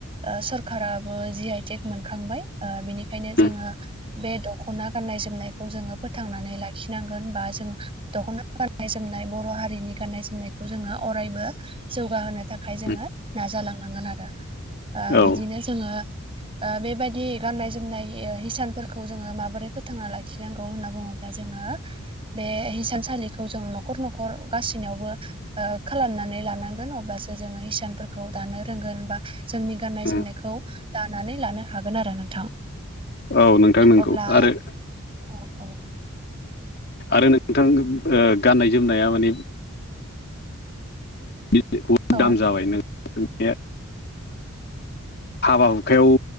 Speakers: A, on the right (about 25°); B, on the left (about 50°).
A: ओ सरखाराबो जि आइटेक मोनखांबाय बिनिखायनो
B: उम
A: जोंङो बे दख'ना गाननाय जोमनायखौ जोंङो फोथांनानै लाखिनांगोन बा जों दख'ना गाननाय जोमनाय बर' हारिनि गाननाय जोमनायखौ जोंङो अरायबो जौगाहोनो थाखाय जोंङो
B: उम
A: नाजालांनांगोन आरो
B: औ
A: बिदिनो जोंङो ओ बेबायदि गाननाय जोमनाय हिसानफोरखौ जोंङो माबोरै फोथांना लाखिनांगौ होनना बुङो ब्ला जोंङो बे हिसानसालिखौ जों न'खर न'खर गासैनियावबो ओ खालामनानै लानांगोन अब्लासो जोंङो हिसानफोरखौ दानो रोंगोन बा जोंनि गाननाय
B: उम
A: जोमनायखौ दानानै लानो हागोन आरो नोंथां।
B: औ नोंथां नोंगौ
A: अब्ला
B: आरो
A: औ औ
B: आरो नोंथां गाननाय जोमनाया माने बहुद
A: औ
B: दाम जाबाय नोंथांनि हाबा हुखायाव